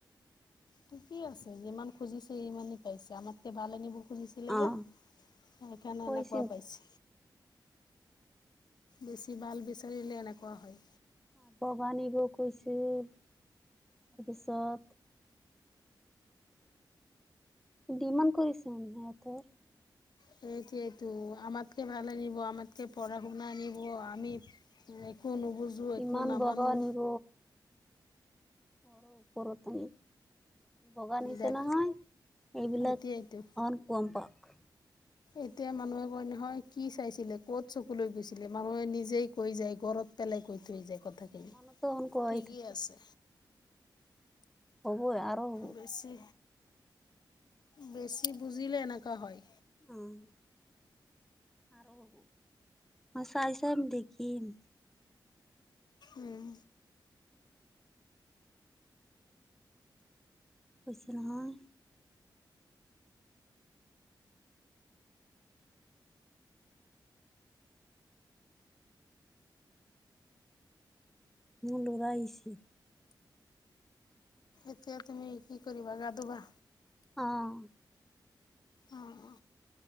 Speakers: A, on the left; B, in the centre.
A: ঠিকেই আছে যিমান খুজিছে সিমানেই পাইছে আমাতকে ভাল আনিব খোজিছিলে
B: অ',
A: যে সেইকাৰণে
B: কৈছিল
A: এনেকুৱা পাইছে।
B: তো।
A: বেছি ভাল বিচাৰিলে এনেকুৱা হয়
B: <unintelligible> কৈছিল তাৰপিছত ডিমান কৰিছে <unintelligible>
A: সেইটোয়েটো আমাতকে ভাল আনিব আমাতকে পঢ়া শুনা আনিব আমি <unintelligible> একো
B: ইমান
A: নামানো
B: বগা আনিব পৰ পৰ তানি বগা নিচিনে
A: দেখ
B: নহয় এইবিলাক
A: সেইটোৱেইটো
B: অন গম পাওক
A: এতিয়া মানুহে কয় নহয় কি চাইছিলি কত চকুলৈ গৈছিল ছিলে মানুহে নিজেই কৈ যায় ঘৰত পেলাই কৈ থৈ যায়। কথাখিনি
B: অ' মানুহ টো <unintelligible> কৈ
A: ঠিকেই
B: থাকে।
A: আছে
B: হ'বই আৰু হ'ব।
A: বেছি বেছি বুজিলে এনেকা হয়।
B: উম। আৰু হব <unintelligible> চাম দেখিম।
A: উম।
B: কৈছোঁ নহয়। মোৰ লৰা আহিছি।
A: এতিয়া তুমি কি কৰিবা গা ধুবা।
B: অহ।
A: অঁ